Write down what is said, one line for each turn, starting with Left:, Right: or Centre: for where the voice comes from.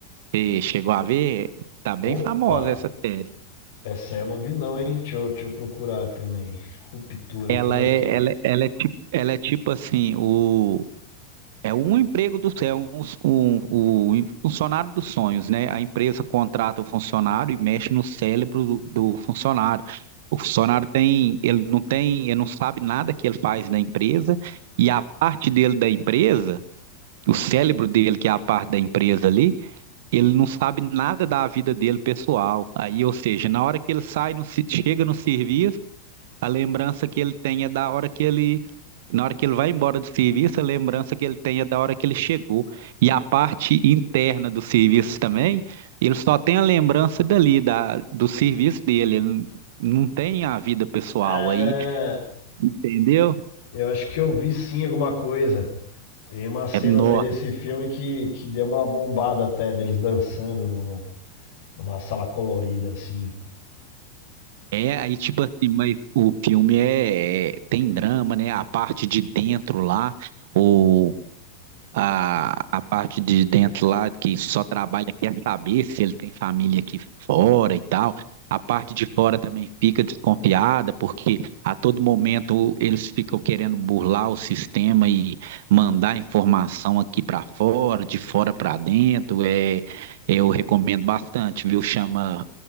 Right: Você chegou a ver? Tá bem
Left: Opa,
Right: famosa essa série.
Left: essa eu não vi não, hein? Deixa eu, deixa eu procurar também. Ruptura,
Right: Ela
Left: como é
Right: é,
Left: que...
Right: ela, é, ela é tipo, ela é tipo assim, o É um emprego do céu, um, um, um funcionário dos sonhos, né? A empresa contrata o funcionário e mexe no cérebro do, do funcionário. O funcionário tem, ele não tem, ele não sabe nada que ele faz na empresa e a parte dele da empresa, o cérebro dele que é a parte da empresa ali, ele não sabe nada da vida dele pessoal. Aí, ou seja, na hora que ele sai, no, se- chega no serviço a lembrança que ele tem é da hora que ele, na hora que ele vai embora do serviço, a lembrança que ele tem é da hora que ele chegou. E a parte interna do serviço também, ele só tem a lembrança dali, da, do serviço dele. Ele não tem a vida pessoal
Left: Ah,
Right: aí, entendeu?
Left: eu acho que eu vi sim alguma coisa. Tem umas cenas
Right: É, nó.
Left: aí desse filme que, que deu uma bombada até, deles dançando no, numa sala colorida, assim.
Right: é aí tipo assim, mas o filme é, é- tem drama, né? A parte de dentro lá, o a, a parte de dentro lá, que só trabalha, quer saber se ele tem família aqui fora e tal. A parte de fora também fica desconfiada, porque a todo momento eles ficam querendo burlar o sistema e mandar informação aqui para fora, de fora para dentro. É, eu recomendo bastante, viu? Chama